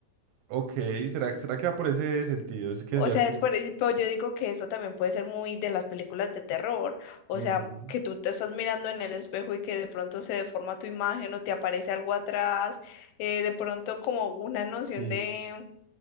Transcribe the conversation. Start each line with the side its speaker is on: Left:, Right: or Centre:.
Right: Ok, ¿será, será que va por ese sentido? Es que
Left: O
Right: ya
Left: sea,
Right: es como...
Left: es por, pero yo digo que eso también puede ser muy de las películas de terror. O
Right: Ujú,
Left: sea, que tú te estás mirando en el espejo y que de pronto se deforma tu imagen o te aparece algo atrás. eh, de pronto como una noción
Right: Sí,
Left: de,